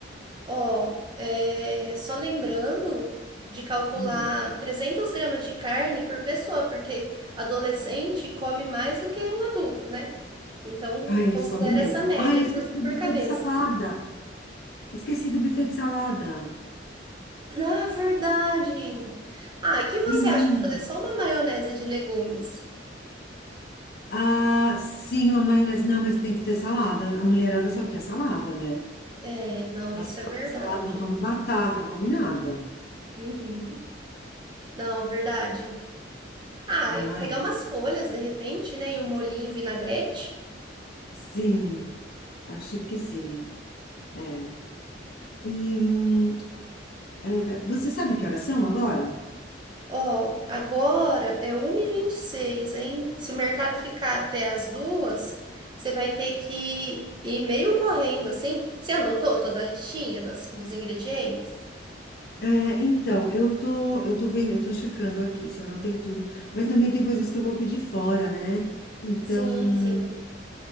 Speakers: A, on the right; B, on the left.
A: Ó, é, só lembrando de calcular
B: Hum.
A: 300 gramas de carne por pessoa, porque adolescente come mais do que um adulto, né? Então,
B: Ah, eles
A: considera
B: comem mesmo.
A: essa média
B: Ah, eu esqueci
A: por,
B: do
A: por
B: buffet
A: cabeça.
B: de salada. Esqueci do buffet de salada.
A: Na verdade. Ah, e que você
B: Menino.
A: acha de fazer só uma maionese de legumes?
B: Ah, sim, uma maionese. Não, mas tem que ter salada. A mulherada só quer salada, né?
A: É, não,
B: Elas
A: isso é verdade.
B: comem salada, não come batata, não come nada,
A: Uhum. Não, verdade. Ah,
B: não
A: e pegar
B: é?
A: umas folhas de repente, né? E um molhinho vinagrete.
B: Sim, acho que sim. É. E, hum, É, Você sabe que horas são agora?
A: Ó, agora é uma e vinte e seis, hein? Se o mercado ficar até as duas, você vai ter que ir meio correndo assim. Você anotou toda a listinha das- dos ingredientes?
B: É, então, eu tô, eu tô vendo, eu tô checando aqui se eu anotei tudo, mas também tem coisas que eu vou pedir fora, né? Então,
A: Sim, sim.